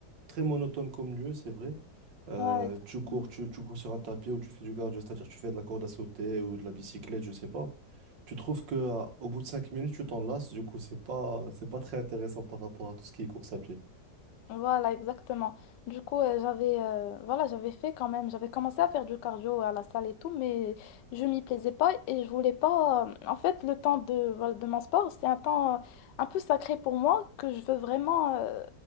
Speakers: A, on the right; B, on the left.
A: très monotone comme lieu, c'est vrai. Euh,
B: ouais, exactement.
A: tu cours, tu, tu cours sur un tapis ou tu fais du cardio, c'est-à-dire tu fais de la corde à sauter ou de la bicyclette, je sais pas. Tu trouves que, euh, au bout de cinq minutes, tu t'en lasses, du coup, c'est pas, c'est pas très intéressant par rapport à tout ce qui est course à pied.
B: Voilà, exactement. Du coup, euh, j'avais euh, voilà, j'avais fait quand même, j'avais commencé à faire du cardio à la salle et tout, mais je m'y plaisais pas et je voulais pas. euh, en fait, le temps de, voilà, de mon sport, c'est un temps euh, un peu sacré pour moi que je veux vraiment, euh,